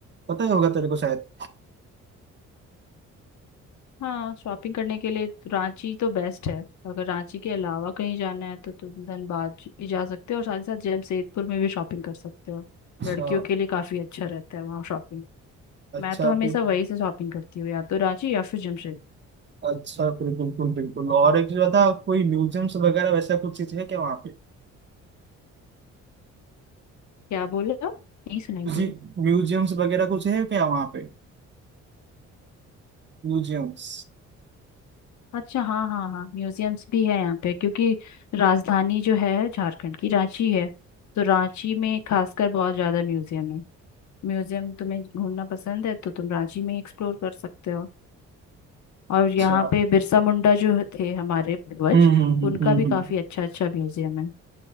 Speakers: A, on the right; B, on the left.
A: पता ही होगा तेरे को शायद
B: हाँ शॉपिंग करने के लिए तो रांची तो बेस्ट है अगर रांची के अलावा कहीं जाना है तो तुम धनबाद भी जा सकते हो और साथ ही साथ जमशेदपुर में भी शॉपिंग कर सकते हो
A: अच्छा
B: लड़कियों के लिए काफी अच्छा रहता है वहाँ शॉपिंग
A: अच्छा
B: मैं तो हमेशा
A: फिर
B: वहीं से शॉपिंग करती हूँ या तो रांची या फिर जमशेदपुर
A: अच्छा फिर बिल्कुल बिल्कुल और एक चीज बता कोई म्यूजियम्स वगैरह वैसा कुछ चीज है क्या वहाँ पे
B: क्या बोले आप? नहीं सुनाई दिया
A: जी म्यूजियम्स वगैरह कुछ है क्या वहाँ पे म्यूजियम्स
B: अच्छा हाँ हाँ हाँ म्यूजियम्स भी है यहाँ पे क्योंकि राजधानी जो है झारखंड की रांची है तो रांची में खासकर बहुत ज्यादा म्यूजियम है म्यूजियम तुम्हें घूमना पसंद है तो तुम रांची में एक्सप्लोर कर सकते हो और यहाँ
A: अच्छा
B: पे बिरसा मुंडा जो थे हमारे पूर्वज
A: हम्म हम्म
B: उनका
A: हम्म
B: भी
A: हम्म
B: काफी
A: हम्म,
B: अच्छा अच्छा म्यूजियम है